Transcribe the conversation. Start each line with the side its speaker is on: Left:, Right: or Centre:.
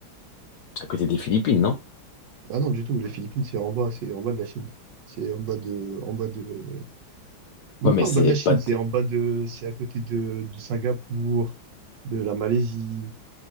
Left: C'est à côté des Philippines, non?
Right: Ah non, du tout, les Philippines, c'est en bas, c'est en bas de la Chine. C'est en bas de, en bas de, même
Left: Ouais, mais
Right: pas
Left: c'est
Right: en bas de la
Left: pas.
Right: Chine, c'est en bas de, c'est à côté de, de Singapour, de la Malaisie,